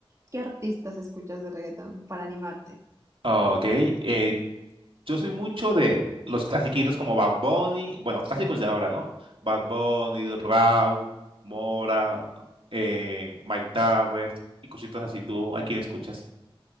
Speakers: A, on the right; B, on the right.
A: ¿Qué artistas escuchas de reggaetón para animarte?
B: Ok, eh, Yo soy mucho de los clasiquitos como Bad Bunny, bueno, clásicos de ahora, ¿no? Bad Bunny, Rauw, Mora, eh, Mike Towers y cositas así. ¿Tú a quién escuchas?